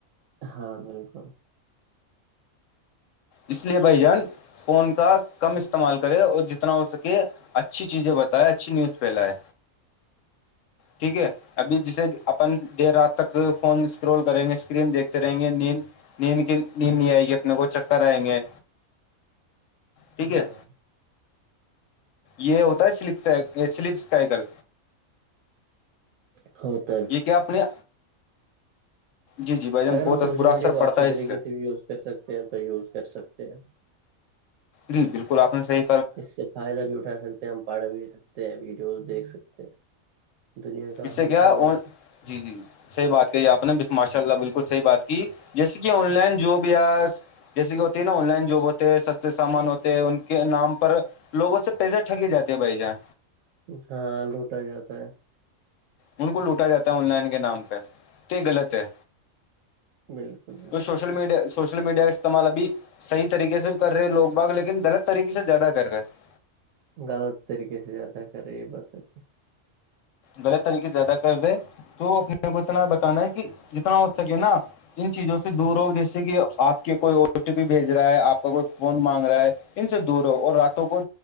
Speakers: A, on the right (about 80°); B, on the left (about 70°).
A: ہاں بالکل
B: اس لیے بھائی جان فون کا کم استعمال کرے اور جتنا ہو سکے اچھی چیزیں بتائے اچھی نیوز پھیلائے
A: <inaudible>
B: ٹھیک ہے ابھی جسے اپن دیر رات تک فون کرول کریں گے اسکرین دیکھتے رہیں گے نیند نیند کی نیند نہیں آئے گی اپنے کو چکر کرائیں گے ٹھیک ہے
A: ہاں
B: یہ ہوتا ہے سلپ سلپ کایکل
A: ہ
B: یہ کیا اپنے جی جی بھائی جان
A: اگر
B: بہت
A: ہم سوشل
B: برا
A: میڈیا
B: اثر
A: کو
B: پڑتا
A: اچھیے
B: ہے اس
A: طریقے سے یوز کر سکتے ہیں تو یوز کر سکتے ہیں
B: جی بالکل آپ نے صح
A: اس سے فائدہ بھی اٹھا سکتے ہیں ہم پڑھ بھی سکتے ہیں ویڈیوز دیکھ سکتے ہیں دنیا کا
B: اس
A: حال
B: سے کیا
A: چال دیکھ
B: اور جی جی صحیح بات کہی آپ نے ماشاء اللہ بالکل صحیح بات کی جیسے کہ آن لائن جو بھی آ جیسے کہ ہوتی ہے نا آن لائن جاب ہوتے ہیں سستے سامان ہوتے ان کے نام پر لوگوں سے پیسے ٹگک جاتے ہیں بھائی جان
A: ہاں لوٹا جاتا ہے
B: ان کو لوٹا جاتا ہے آن لائن کے نام پہ تو یہ غلط ہے
A: بالکل بالکل
B: تو سوشل میڈیا سوشل میڈیا اسعمال بھی صحیح طریقے سے کر رہے ہیں لوگ باغ لیکن غلط طریقے سے زیادہ کر رہے ہیں
A: غلط طریقے سے زیادہ کر رہے یہ بتچے
B: غلط طریقے سے زیادہ کر دے تو اپنے کو اتنا بتانا ہے کہ جتنا ہو سکے نا ان چیزوں سے دور ہو جیسے کہ آپ کے کوئی او ٹی پی بھیج رہا ہے آپ کا کوئی فون مانگ رہا ہے ان سے دور ہو اور راتوں کو